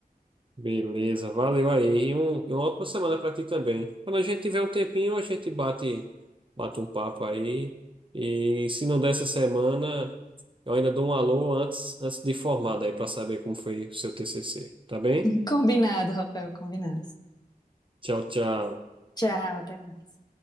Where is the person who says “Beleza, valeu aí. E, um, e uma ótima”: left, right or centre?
Right